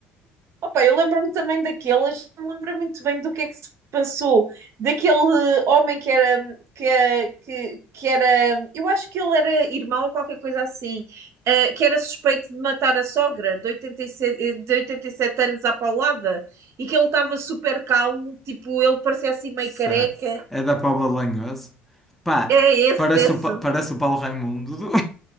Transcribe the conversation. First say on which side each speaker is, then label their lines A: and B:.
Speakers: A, on the right (about 50°); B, in the centre.
A: Opa, eu lembro-me também daquelas, não me lembro muito bem do que é que se passou, daquele eh, homem que era, que, eh, que, que era, eu acho que ele era irmão ou qualquer coisa assim, eh, que era suspeito de matar a sogra de 87, de 87 anos à paulada, e que ele estava super calmo, tipo, ele parecia assim meio
B: Sei.
A: careca.
B: é da Póvoa de Lanhoso. Pá,
A: É esse,
B: parece
A: esse.
B: o, Pa- parece o Paulo Raimundo do,